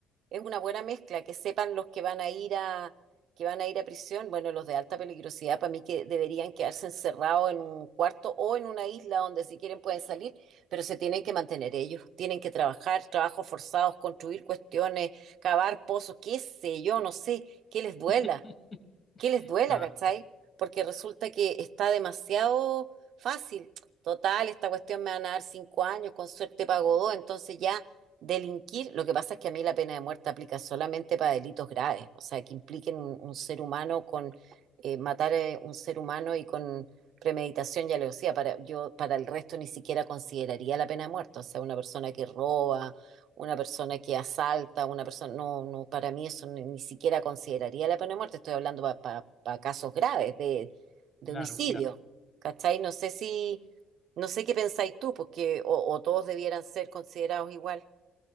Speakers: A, on the right; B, on the left.
A: Es una buena mezcla, que sepan los que van a ir a, que van a ir a prisión, bueno, los de alta peligrosidad, para mí que deberían quedarse encerrados en un cuarto o en una isla donde si quieren pueden salir, pero se tienen que mantener ellos, tienen que trabajar, trabajos forzados, construir cuestiones, cavar pozos, qué sé yo, no sé que les duela,
B: <laughs>
A: que les duela, ¿cachai?
B: Ah,
A: Porque resulta que está demasiado fácil. Total, esta cuestión me van a dar cinco años, con suerte pago dos, entonces ya delinquir. Lo que pasa es que a mí la pena de muerte aplica solamente para delitos graves, o sea, que impliquen un, un ser humano con eh, matar a un ser humano y con premeditación y alevosía. Para, yo, para el resto ni siquiera consideraría la pena de muerte, o sea, una persona que roba una persona que asalta, una persona, no, no, para mí eso ni, ni siquiera consideraría la pena de muerte, estoy hablando para casos graves de, de
B: claro,
A: homicidio,
B: claro.
A: ¿cachai? No sé si, no sé qué pensáis tú, porque o, o todos debieran ser considerados igual,